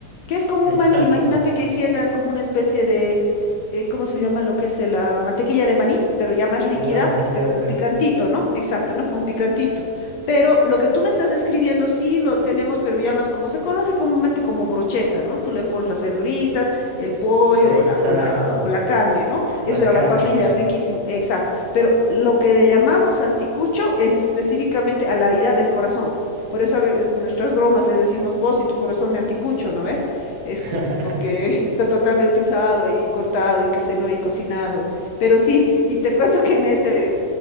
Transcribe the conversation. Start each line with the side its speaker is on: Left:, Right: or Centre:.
Left: que es como
Right: exacto.
Left: un maní. Imagínate que hicieran como una especie de, eh, ¿cómo se llama lo que es eh, la mantequilla de maní? Pero ya más líquida,
Right: La mantequilla
Left: pero
Right: de
Left: con
Right: maní.
Left: picantito, ¿no? Exacto, ¿no? Con picantito. Pero lo que tú me estás describiendo sí lo tenemos, pero ya más como se conoce comúnmente como brocheta, ¿no? Tú le pones las verduritas, el pollo
Right: Exacto.
Left: o la, o la, o la carne, ¿no?
Right: Las
Left: Eso
Right: carnes.
Left: a la parrilla, riquísimo. Exacto. Pero lo que le llamamos anticucho es específicamente a la herida del corazón. Por eso a veces en nuestras bromas le decimos vos y tu corazón de anticucho, ¿no ve? Es
Right: <laughs>
Left: cu- porque <laughs> está totalmente usado y cortado y que se no y cocinado. Pero sí, y te cuento que en ese,